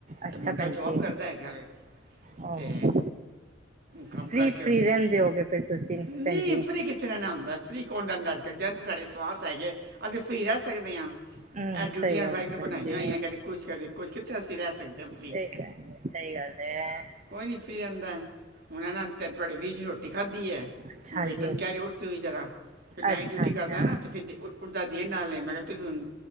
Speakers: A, on the right; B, on the right.
A: ਅੱਛਾ
B: ਤੇ ਮੁੰਡਾ
A: ਭੈਣ
B: ਜੋਬ
A: ਜੀ।
B: ਕਰਦਾ ਹੈਗਾ ਵੇ
A: ਆਹੋ
B: ਤੇ ਕੰਮ
A: ਫ੍ਰੀ-ਫ੍ਰੀ
B: ਕਰਕੇ ਹੁਣ,
A: ਰਹਿੰਦੇ ਹੋਗੇ ਫਿਰ ਤੁਸੀਂ
B: ਨਹੀਂ
A: ਭੈਣ ਜੀ।
B: ਫਰੀ ਕਿਥੇ ਰਹਿਨਾ ਹੁੰਦਾ ਏ ਫਰੀ ਕੌਣ ਰਹਿੰਦਾ ਅੱਜ ਕਲ ਜਦ ਤਕ ਸਾਡੇ ਸਵਾਸ ਹੈਗੇ ਅਸੀਂ ਫ੍ਰਰੀ ਰਹਿ ਸਕਦੇ ਆ
A: ਹੂੰ
B: ਇਹ ਡਿਊਟੀਆਂ
A: ਸਹੀ ਗੱਲ
B: ਵਾਏਗੂਰੁ
A: ਭੈਣ
B: ਬਣਾਈਆਂ,
A: ਜੀ।
B: ਹੋਈਆਂ ਕਦੇ ਕੁਛ ਕਦੇ ਕੁਛ ਕਿੱਥੇ ਅਸੀਂ ਰਹਿ ਸਕਦੇ ਹਾਂ ਫ੍ਰਰੀ
A: ਇਹ ਸਹੀ ਗੱਲ ਏ ਐ
B: ਕੋਈ ਨਹੀਂ ਫਰੀ ਆਂਦਾ ਹੁਣ ਇਹ ਨਾ <unintelligible> ਰੋਟੀ ਖਾਧੀ ਐ,
A: ਅੱਛਾ
B: ਹੁਣ ਬੇਟੇ
A: ਜੀ
B: ਨੇ ਕਹਿ ਰਹੀਂ ਉੱਠ ਤੂੰ ਵੀ ਜਰਾ ਫਿਰ ਨਾਈਟ
A: ਅੱਛਾ-ਅੱਛਾ।
B: ਡਿਊਟੀ ਕਰਦਾ ਨਾ ਏ ਫਿਰ ਉੱਠਦਾ ਦੇਰ ਨਾਲੇ ਏ ਮੈਂ ਕਿਆ ਤੂੰ ਵੀ ਹੁਣ